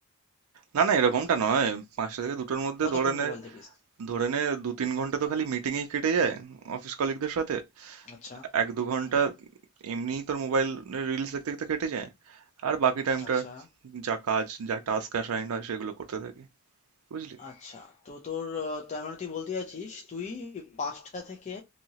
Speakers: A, on the right; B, on the left.
A: না না এরকমটা নয় পাঁচটা থেকে দুটোর মধ্যে
B: কতক্ষণ
A: ধরে নে
B: মোবাইল দেখিস
A: ধরে নে দু তিন ঘন্টা তো খালি মিটিংয়েই কেটে যায় অফিস কলিগদের সাথে
B: আচ্ছা
A: এক দু ঘন্টা
B: হুম
A: এমনিই তোর মোবাইল রিলস দেখতে দেখতে কেটে যায় আর বাকি টাইমটা
B: আচ্ছা
A: যা কাজ যা টাস্ক অ্যাসাইন্ড হয় সেগুলো করতে থাকি বুঝলি
B: আচ্ছা তো তোর আহ, তার মানে তুই বলতে চাইছিস তুই পাঁচটা থেকে